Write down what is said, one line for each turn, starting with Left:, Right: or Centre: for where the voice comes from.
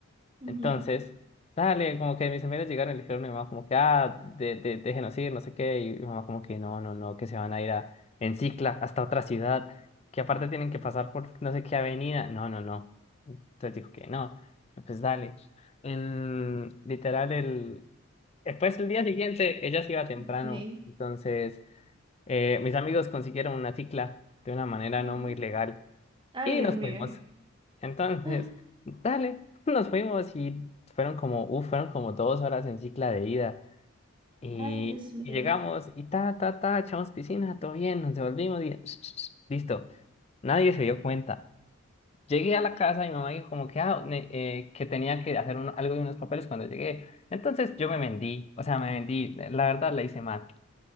Right: Ujú.
Left: Entonces, dale, como que mis amigos llegaron y le dijeron a mi mamá como que, ah, de, de, déjenos ir, no sé qué, y mi mamá como que, no, no, no, que se van a ir a, en cicla hasta otra ciudad, que aparte tienen que pasar por no sé qué avenida, no, no, no. Entonces dijo que no, pues dale. En, literal, el, después el día siguiente, ella se iba temprano,
Right: Ok.
Left: entonces eh, mis amigos consiguieron una cicla de una manera
Right: Ujú.
Left: no muy legal
Right: Ay,
Left: y
Right: Dios
Left: nos
Right: mío.
Left: fuimos.
Right: <gasps>
Left: Entonces,
Right: Ah,
Left: dale, <laughs> nos fuimos y fueron como, uf, fueron como dos horas en cicla de ida. Y,
Right: Ay, Dios mío.
Left: y llegamos y ta, ta, ta, echamos piscina, todo bien, nos devolvimos y <laughs> <tsk> listo. Nadie se dio cuenta. Llegué a la casa y mi mamá dijo como que, ah, ne- eh, que tenía que hacer un- algo de unos papeles cuando llegué. Entonces yo me vendí, o sea, me vendí, la verdad la hice mal,